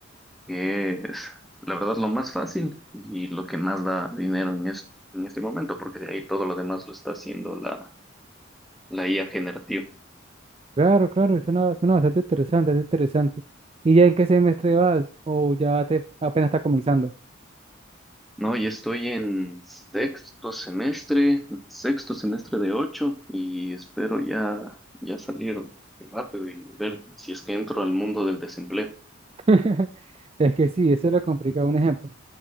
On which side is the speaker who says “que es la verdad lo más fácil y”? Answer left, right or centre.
Centre